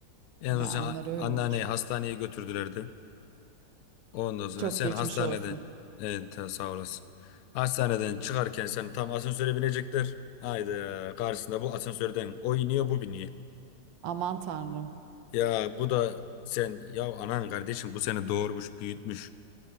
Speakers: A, on the left (about 75°); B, on the right (about 80°).
A: En
B: ya
A: son ha-
B: onlar öyle
A: anneanneyi
B: olur.
A: hastaneye götürdülerdi. Ondan sonra
B: Çok
A: sen
B: geçmiş
A: hastaneden
B: olsun.
A: evet ha, sağ olasın. Hastaneden çıkarken sen tam asansöre binecekler. Haydi karşısında bu asansörden o iniyor bu biniyor.
B: Aman tanrım.
A: Ya bu da sen ya anan kardeşim bu seni doğurmuş büyütmüş.